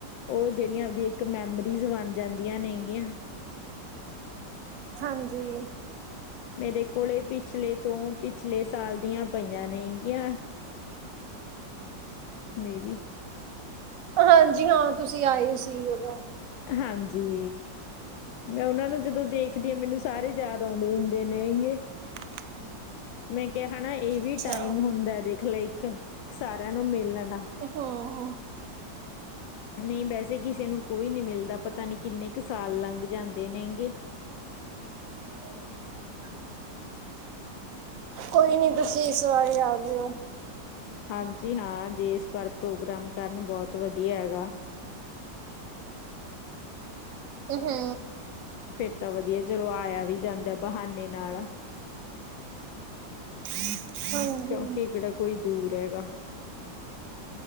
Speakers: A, on the left; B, on the right.
A: ਓ ਜਿਹੜੀਆਂ ਉਹਦੀ ਇੱਕ ਮੈਮਰੀਜ਼ ਬਣ ਜਾਂਦੀਆਂ ਨੇ ਗੀਆਂ।
B: ਹਾਂਜੀ।
A: ਮੇਰੇ ਕੋਲ ਪਿਛਲੇ ਤੋਂ ਪਿਛਲੇ ਸਾਲ ਦੀਆਂ ਪਈਆਂ ਨੇ ਗੀਆਂ। Maybe.
B: ਹਾਂਜੀ, ਹਾਂ ਤੁਸੀਂ ਆਏ ਸੀ ਉਦੋਂ।
A: ਹਾਂਜੀ। ਮੈਂ ਉਹਨਾਂ ਨੂੰ ਜਦੋਂ ਦੇਖਦੀ ਆ ਮੈਨੂੰ ਸਾਰੇ ਯਾਦ ਆਉਂਦੇ ਹੁੰਦੇ ਨੇਗੇ।
B: <inaudible>
A: ਮੈਂ ਕਿਹਾ ਹੈਨਾ ਏ ਵੀ
B: ਅੱਛਾ
A: ਟਾਈਮ ਹੁੰਦਾ ਦੇਖ ਲੈ ਇੱਕ ਸਾਰਿਆਂ ਨੂੰ ਮਿਲਣ ਦਾ।
B: ਹਾਂ।
A: ਨਈ, ਵੈਸੇ ਕਿਸੇ ਨੂੰ ਕੋਈ ਨੀ ਮਿਲਦਾ ਪਤਾ ਨੀ ਕਿੰਨੇ ਕ ਸਾਲ ਲੰਘ ਜਾਂਦੇ ਨੇ ਗੇ।
B: <inaudible> ਕੋਈ ਨੀ ਤੁਸੀਂ ਇਸ ਵਾਰੀ ਆ ਜਿਓ।
A: ਹਾਂਜੀ ਹਾਂ, ਜੇ ਇਸ ਵਾਰ ਪ੍ਰੋਗਰਾਮ ਕਰਨ ਬਹੁਤ ਵਧੀਆ ਐ ਗਾ।
B: ਹੂੰ।
A: ਫੇਰ ਤਾਂ ਵਧੀਆ ਚਲੋ ਆਇਆ ਵੀ ਜਾਂਦਾ ਬਹਾਨੇ ਨਾਲ।
B: ਹਾਂਜੀ।
A: ਕੇੇਕੜਾ ਕੋਈ ਦੂਰ ਹੈਗਾ।